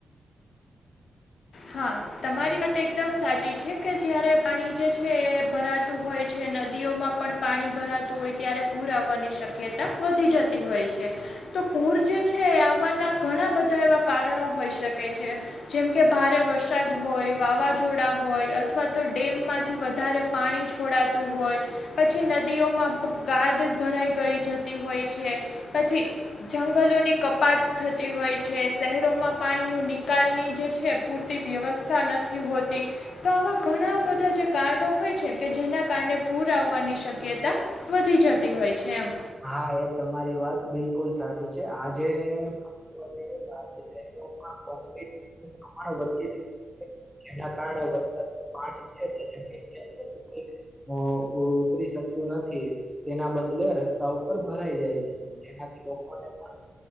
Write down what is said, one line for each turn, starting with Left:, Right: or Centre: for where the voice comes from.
Left: હા તમારી વાત એકદમ સાચી છે કે જયારે પાણી જે છે એ ભરાતું હોય છે નદીઓમાં પણ પાણી ભરાતું હોય ત્યારે પૂર આવવાની શક્યતા વધી જતી હોય છે તો પૂર જે છે એ આવવાના ઘણા બધા એવા કારણો હોઈ શકે છે જેમ કે ભારે વરસાદ હોય વાવાઝોડા હોય અથવા તો ડેમમાંથી વધારે પાણી છોડાતું હોય પછી નદીઓમાં ખુબ ગાદ ભરાઈ ગઈ જતી હોય છે પછી જંગલોની કપાત થતી હોય છે શહેરોમાં પાણી નું નિકાલની જે છે પૂરતી વ્યવસ્થા નથી હોતી તો આવા ઘણા બધા જે કારડો હોય છે કે જેના કાનડે પૂર આવવાની શક્યતા વધી જતી હોય છે એમ.
Centre: હા એ તમારી વાત બિલકુલ સાચી છે આજે <unintelligible> પ્રમાણ વધી રહે. જેના કારણે વરસાદનું પાણી છે જે <unintelligible> અ એ ઉતરી શકતું નથી તેના બદલે રસ સ્તા ઉપર ભરાઈ જાય છે જેનાથી લોકોને <unintelligible>